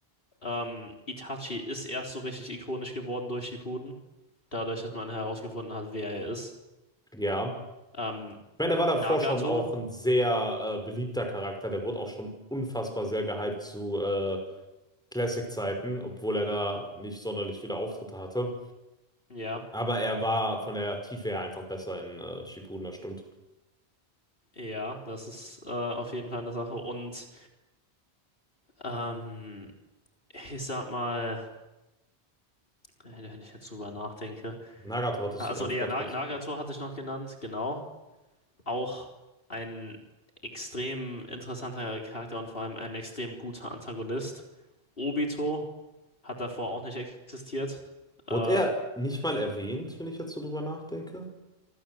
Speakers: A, on the left; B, in the centre.
A: Ähm, Itachi ist erst so richtig ikonisch geworden durch Shippuden. Dadurch, dass man herausgefunden hat, wer er ist.
B: Ja.
A: Ähm,
B: Ich meine, der war davor
A: Nagato.
B: schon auch ein sehr äh, beliebter Charakter. Der wurde auch schon unfassbar sehr gehypt zu äh, Classic-Zeiten, obwohl er da nicht sonderlich viele Auftritte hatte.
A: Ja,
B: Aber er war von der Tiefe her einfach besser in äh, Shippuden, das stimmt.
A: ja, das ist äh, auf jeden Fall eine Sache. Und ähm, ich sag mal, wenn wenn ich jetzt drüber nachdenke.
B: Nagato hattest
A: Also
B: du, glaube
A: ja,
B: ich, gerade
A: Na-
B: kurz.
A: Nagato hatte ich noch genannt, genau. auch ein extrem interessanter Charakter und vor allem ein extrem guter Antagonist. Obito hat davor auch nicht existiert. Äh,
B: Wurde er nicht mal erwähnt, wenn ich jetzt so drüber nachdenke?